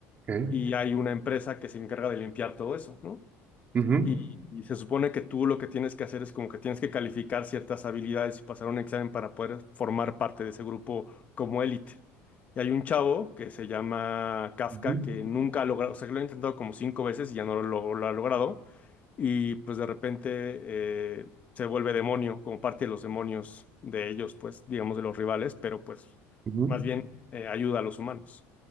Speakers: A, on the right; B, on the left.
A: Okay.
B: y hay una empresa que se encarga de limpiar todo eso, ¿no?
A: ujú,
B: Y, y se supone que tú lo que tienes que hacer es como que tienes que calificar ciertas habilidades y pasar un examen para poder formar parte de ese grupo como élite. Y hay un chavo que se llama Kafka
A: ujú,
B: que nunca ha logrado, o sea, que lo ha intentado como cinco veces y ya no lo, lo ha logrado y pues de repente eh, se vuelve demonio, como parte de los demonios de ellos, pues digamos de los rivales, pero pues
A: ujú,
B: más bien eh, ayuda a los humanos.